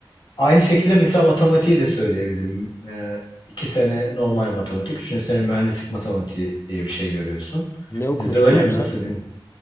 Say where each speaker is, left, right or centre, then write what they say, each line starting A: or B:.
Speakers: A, on the left; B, on the left.
A: Aynı şekilde mesela matematiği de söyleyebilirim. Ee, iki sene normal matematik, üçüncü sene mühendislik matematiği diye bir şey görüyorsun.
B: Ne
A: Sizde
B: okumuştun
A: öyle
B: abi
A: mi?
B: sen?
A: Nasıl bilmiyorum.